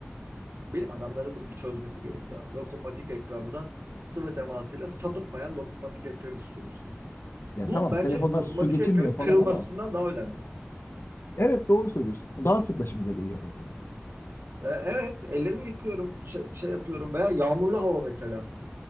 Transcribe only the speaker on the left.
Yani
tamam
telefonlar
su geçirmiyor
falan
ama
evet doğru söylüyorsun. O daha sık başımıza geliyor en azından yani.